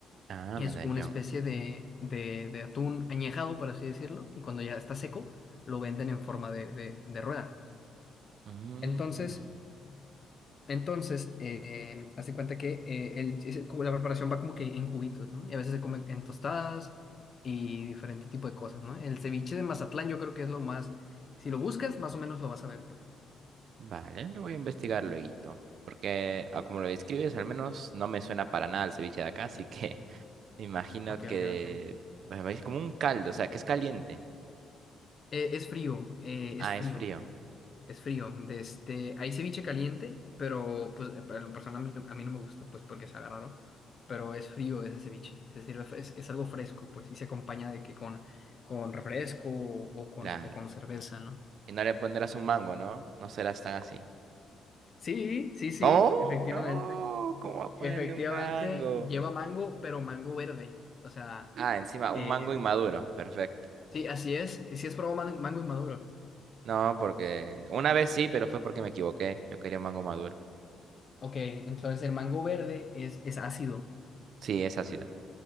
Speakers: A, on the right (about 65°); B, on the left (about 45°).
A: Ah,
B: Es
A: medallón.
B: una especie de, de, de atún añejado, por así decirlo, y cuando ya está seco, lo venden en forma de, de, de rueda.
A: Mm,
B: Entonces, entonces eh, haz de cuenta que eh, el- es como la preparación va como que en cubitos, ¿no? Y a veces se come en tostadas y diferente tipo de cosas, ¿no? El ceviche de Mazatlán yo creo que es lo más... Si lo buscas, más o menos lo vas a ver, pues.
A: vale, lo voy a investigar luego. Porque, ah, como lo describes, al menos no me suena para nada el ceviche de acá, así que <laughs> me imagino
B: Ok,
A: que
B: ok, ok.
A: pues, es como un caldo, o sea, que es caliente.
B: Eh, es frío, eh,
A: Ah,
B: es frío.
A: es frío,
B: Es frío. De este, hay ceviche caliente, pero pues eh, para lo personal a mí, no a mí no me gusta, pues porque se raro. Pero es frío ese ceviche. Se sirve, fre- es, es algo fresco, pues, y se acompaña de que con, con refresco o, o con,
A: claro.
B: o con cerveza, ¿no?
A: Y no le pondrás un mango, ¿no? No serás tan así.
B: Sí, sí, sí,
A: ¿Cómo?
B: efectivamente.
A: No, ¿cómo va a ponerle
B: Efectivamente,
A: un mango?
B: lleva mango, pero mango verde. O sea,
A: Ah, encima, un
B: eh,
A: mango inmaduro. Perfecto.
B: sí, así es. Sí, es probado man- mango inmaduro.
A: No, porque una vez sí, pero fue porque me equivoqué. Yo quería un mango maduro.
B: Ok, entonces el mango verde es, es ácido.
A: Sí, es ácido.